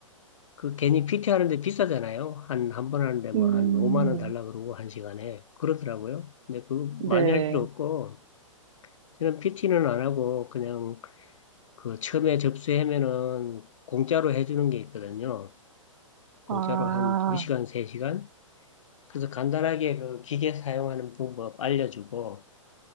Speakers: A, on the left; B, on the right.
A: 그 괜히 PT 하는데 비싸잖아요. 한, 한 번 하는데 뭐
B: 음,
A: 한 5만 원 달라 그러고 한 시간에. 그러더라고요. 근데 그
B: 네.
A: 많이 할 필요 없고, 저는 PT는 안 하고 그냥 그 처음에 접수하면은 공짜로 해주는 게 있거든요. 공짜로
B: 아,
A: 한 2시간, 3시간? 그래서 간단하게 그 기계 사용하는 방법 알려주고,